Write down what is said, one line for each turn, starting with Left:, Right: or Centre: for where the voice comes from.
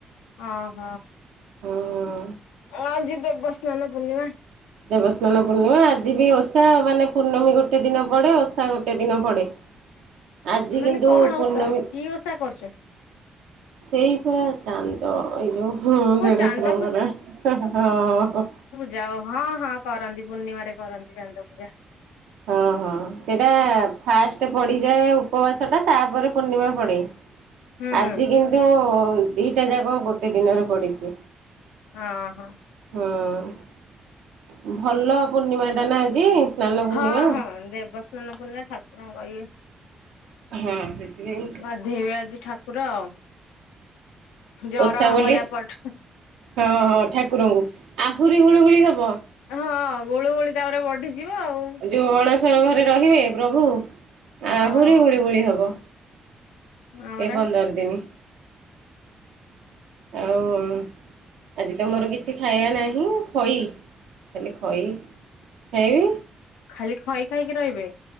Left: ଅହ।
Right: ହଁଁ।
Left: ଆଜି ଦେବସ୍ନାନ ପୂର୍ଣ୍ଣିମା।
Right: ଦେବସ୍ନାନ ପୂର୍ଣ୍ଣିମା ଆଜି ବି ଓଷା ମାନେ ପୂର୍ଣ୍ଣମୀ ଗୋଟେ ଦିନ ପଡ଼େ ଓଷା ଗୋଟେ ଦିନ ପଡ଼େ। ଆଜି
Left: ମାନେ
Right: କିନ୍ତୁ
Left: କଣ ଓଷା
Right: ପୂର୍ଣ୍ଣମୀ
Left: କି ଓଷା କରୁଚୁ?
Right: ସେଇ ପରା ଚାନ୍ଦ ଏଇ ଯୋଉଁ ହଁ ଦେଢଶୁରଙ୍କ
Left: ଚାନ୍ଦ
Right: ନାଁ ହଁ।
Left: ଜାଅ ହଁ ହଁ କରନ୍ତି ପୂର୍ଣ୍ଣିମାରେ କରନ୍ତି ଚାନ୍ଦ ପୂଜା।
Right: ହଁ ହଁ ସେଇଟା ଫାଷ୍ଟେ ପଡ଼ିଯାଏ ଉ ଉପବାସଟା ତାପରେ ପୂର୍ଣ୍ଣିମା ପଡ଼େ
Left: ହୁଁ ହୁଁ
Right: ଆଜି କିନ୍ତୁ ଦିଟା ଯାକ ଗୋଟେ ଦିନରେ ପଡ଼ିଚି।
Left: ହଁ ହଁ।
Right: ହଁ ଭଲ ପୂର୍ଣ୍ଣିମାଟା ନା ଆଜି ସ୍ନାନ ପୂର୍ଣ୍ଣିମା।
Left: ହଁ ହଁ ଦେବସ୍ନାନ ପୂର୍ଣ୍ଣାମା ଠାକୁରଙ୍କ ଇଏ।
Right: ହଁ ସେଥିପାଇଁ।
Left: ଗାଧୋଇବେ ଆଜି ଠାକୁର ଆଉ। ଜର
Right: ଓଷା
Left: ହବ
Right: ବୋଲି
Left: ୟା ପରଠୁ।
Right: ହଁ ହଁ ଠାକୁରଙ୍କୁ ଆହୁରି ଗୁଳିୁଗୁଳି ହବ।
Left: ହଁ ଗୋଳୁ ଗୋଳି ତାପରେ ବଢିଯିବ ଆଉ।
Right: ଯେଉଁ ଅଣସର ଘରେ ରହିବେ ପ୍ରଭୁ
Left: ହଁ
Right: ଆହୁରି ଗୁଳିଗୁଳି ହେବ।
Left: ହଁ ପରା
Right: ଏ ପନ୍ଦର ଦିନି। ଆଉ। ଆଜି ତ ମୋର କିଛି ଖାଇବା ନାହିଁ ଖେଇ ଖାଲି ଖେଇ। ହେଇ।
Left: ଖାଲି ଖେଇ ଖାଇକି ରହିବେ।